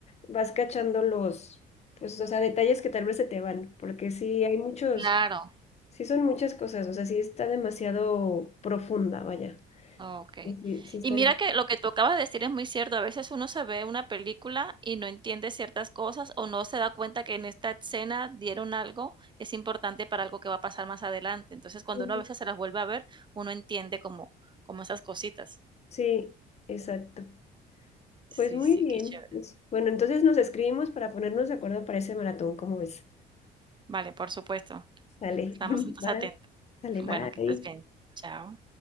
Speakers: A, on the left (about 40°); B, on the right (about 25°).
A: vas cachando los, pues, o sea, detalles que tal vez se te van, porque sí hay muchos,
B: Claro.
A: sí son muchas cosas, o sea, sí está demasiado profunda, vaya.
B: Okey.
A: Sí, sí, sí estaría.
B: Y mira que lo que tú acabas de decir es muy cierto. A veces uno se ve una película y no entiende ciertas cosas, o no se da cuenta que en esta escena dieron algo que es importante para algo que va a pasar más adelante. Entonces, cuando
A: Ujú.
B: uno a veces se las vuelve a ver, uno entiende como como esas cositas.
A: Sí, exacto.
B: Sí,
A: Pues muy
B: sí,
A: bien.
B: qué chévere.
A: pues, Bueno, entonces nos escribimos para ponernos de acuerdo para ese maratón, ¿cómo ves?
B: Vale, por supuesto.
A: Sale.
B: Estamos
A: <laughs>
B: entonces
A: Bye.
B: atentos.
A: Sale,
B: Bueno,
A: bye.
B: que estés bien. Chao.